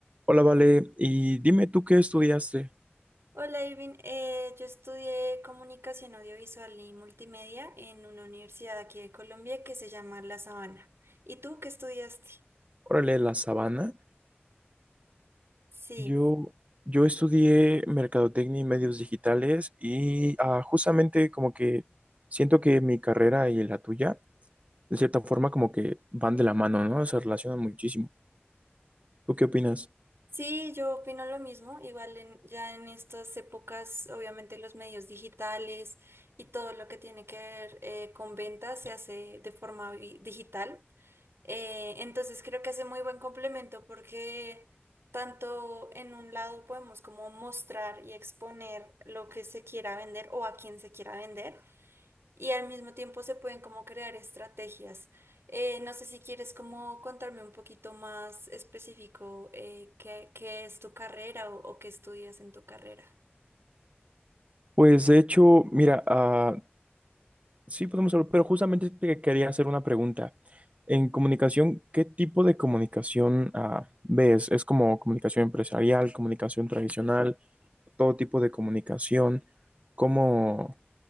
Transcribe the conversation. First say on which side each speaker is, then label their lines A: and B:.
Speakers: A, on the right (about 35°); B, on the right (about 85°).
A: Hola, Vale, y dime tú qué estudiaste.
B: Hola Irving, Eh, yo estudié comunicación audiovisual y multimedia en una universidad aquí de Colombia que se llama La Sabana. ¿Y tú qué estudiaste?
A: Órale, la sabana.
B: Sí,
A: Yo, yo estudié mercadotecnia y medios digitales y ah, justamente como que siento que mi carrera y la tuya, de cierta forma, como que van de la mano, ¿no? Se relacionan muchísimo. ¿Tú qué opinas?
B: sí, yo opino lo mismo. Igual en- ya en estas épocas, obviamente los medios digitales y todo lo que tiene que ver eh, con ventas se hace de forma vi- digital. Eh, entonces creo que hace muy buen complemento porque tanto en un lado podemos como mostrar y exponer lo que se quiera vender o a quien se quiera vender y al mismo tiempo se pueden como crear estrategias. Eh, no sé si quieres como contarme un poquito más específico eh, qué, qué es tu carrera o, o qué estudias en tu carrera.
A: Pues de hecho, mira, ah, sí podemos hablar, pero justamente te quería hacer una pregunta. En comunicación, ¿qué tipo de comunicación ah, ves? ¿Es como comunicación empresarial, comunicación tradicional? todo tipo de comunicación. ¿Cómo,